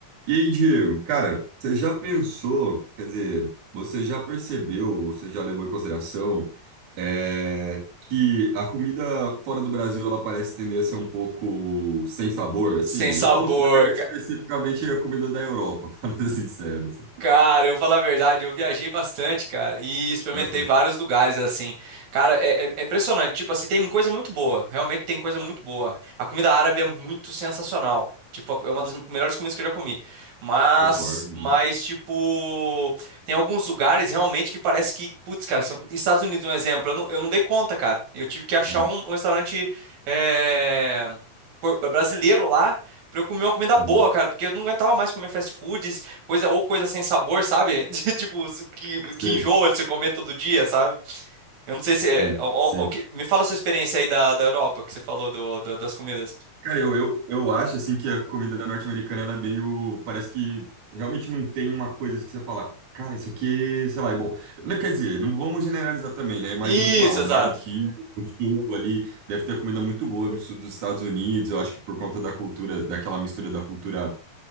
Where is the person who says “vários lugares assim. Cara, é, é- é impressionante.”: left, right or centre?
Right